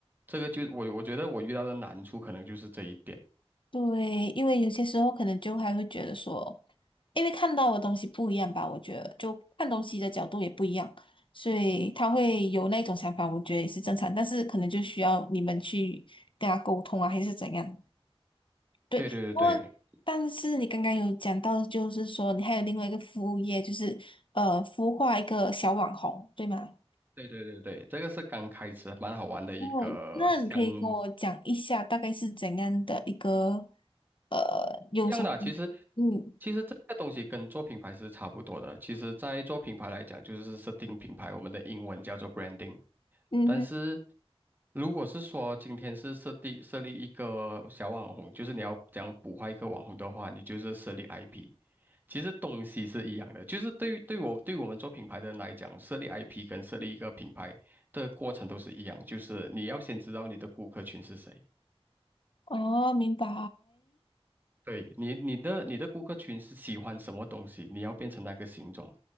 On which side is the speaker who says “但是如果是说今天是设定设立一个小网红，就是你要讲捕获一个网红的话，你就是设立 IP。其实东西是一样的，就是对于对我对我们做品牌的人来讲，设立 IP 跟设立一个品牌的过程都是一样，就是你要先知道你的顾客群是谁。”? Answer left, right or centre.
Right